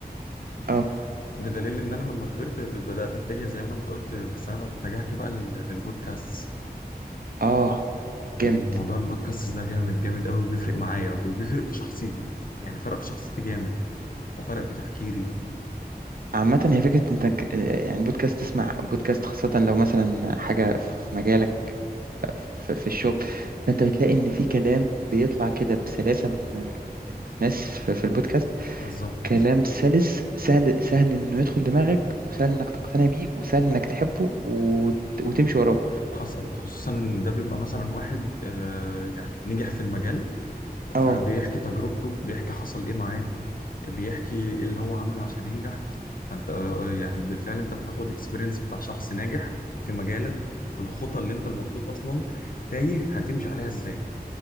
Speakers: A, on the right; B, on the left.
A: اه
B: بدليل ان انا لما كبرت بدات اتجه زي ما انت قلت بس انا اتجهت بقى لل- للبودكاست
A: اه جامد
B: الموضوع البودكاست ده جامد جامد قوي بيفرق معايا وبيفرق في شخصيتي يعني فرق في شخصيتي جامد وفرق في تفكيري
A: عامة هي فكرة انت ك- يعني بودكاست تسمع بودكاست خاصة لو مثلا حاجة في مجالك في في الشغل فانت بتلاقي ان في كلام بيطلع كده بسلاسة من من الناس في في البودكاست
B: بالظبط
A: كلام سلس سهل سهل انه يدخل دماغك وسهل انك تقتنع بيه وسهل انك تحبه وت- وتمشي وراه
B: حصل خصوصا ان ده بيبقى مثلا واحد آه، يعني نجح في المجال
A: اه
B: فبيحكي تجربته بيحكي حصل ايه معاه بيحكي اللي هو عمله عشان ينجح فانت آه، آه، يعني بالفعل انت بتاخد اكسبيرينس بتاع شخص ناجح في مجالك في الخطى اللي انت المفروض اصلا تايه هتمشي عليها ازاي